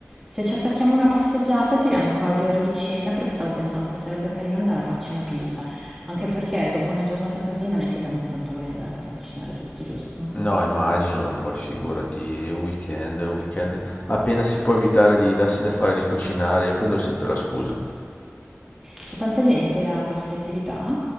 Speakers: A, in the centre; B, on the left.
A: Se ci attacchiamo una passeggiata tiriamo quasi ora di cena, perché stavo pensando che sarebbe carino andare a farci una pizza, anche perché dopo una giornata così non è che abbiamo tanta voglia di andare a casa a cucinare tutti, giusto?
B: No, immagino, poi figurati, weekend, weekend, appena si può evitare di darsi da fare di cucinare, io prendo sempre la scusa.
A: C'è tanta gente a queste attività?